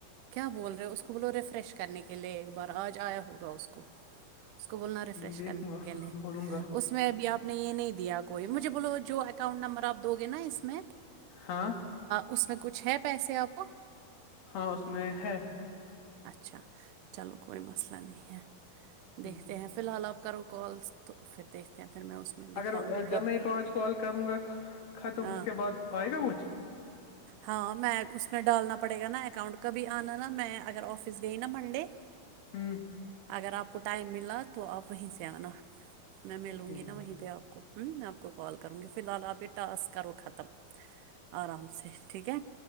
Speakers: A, on the right; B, on the left.
A: کیا بول رہے اس کو بولو ریفریش کرنے کے لئے ایک بار آج آیا ہوگا اس کو اس کو بولنا ریفریش
B: دیکھوں
A: کرنے
B: گا
A: کے لیئے اس
B: بولوں گا
A: اس میں ابھی آپ نے یہ نہیں دیا کوئی مجھے بولو جو اکاؤنٹ نمبر آپ دو گے نا اس میں
B: ہاں
A: اس میں کچھ ہے پیسے آپ
B: ہاں اس میں ہے
A: اچھا چلو کوئی مسئلہ نہیں ہے دیکھتے
B: ہ
A: ہیں فی الحال آپ کرو کالس تو پھر دیکھتے ہیں پھر میں اس میں دکھاؤں
B: اگر
A: گی
B: جب
A: کبھی
B: میں یہ پانچ کال کروں ختم
A: ہاں
B: اس کے بعد آئے گا کچھ
A: ہاں میں اس میں ڈالنا پڑے گا نا اکاؤنٹ کبھی آنا نا میں اگر آفس گئی نا منڈے
B: ہوں
A: اگر آپ کو ٹائم ملا تو آپ وہیں سے آنا میں ملوں
B: ٹھیک
A: گی نا وہیں پہ آپ کو ہوں میں آپ کو کال کروں گی فی الحال آپ یہ ٹاسک کرو ختم آرام سے ٹھیک ہے